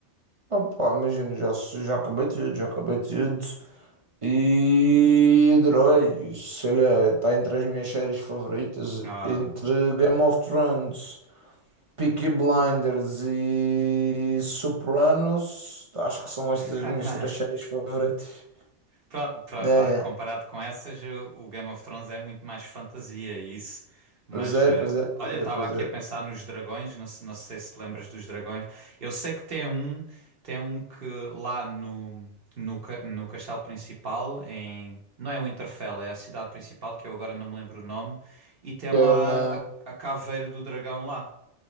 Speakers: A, on the right (about 30°); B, on the right (about 50°).
A: Ah pá, imagina, já, já acabei tudo, já acabei tudo. E adorei, sei lá, está entre as minhas séries favoritas,
B: Ah.
A: entre Game of Thrones, Peaky Blinders e Sopranos, acho que são estas
B: <laughs>
A: as minhas três séries favoritas.
B: Pronto, pra,
A: É,
B: vá, comparado
A: é.
B: com essas, eh, o Game of Thrones é muito mais fantasia e isso. Mas
A: Pois é,
B: eh,
A: pois é,
B: olha,
A: pois
B: eu
A: é,
B: estava
A: pois
B: aqui
A: é.
B: a pensar nos dragões, não, se- não sei se te lembras dos dragões. Eu sei que tem um, tem um que lá no, no, ca- no castelo principal, em, não é Winterfell, é a cidade principal, que eu agora não me lembro o nome, e tem
A: quer
B: lá
A: na,
B: a, a caveira do dragão lá.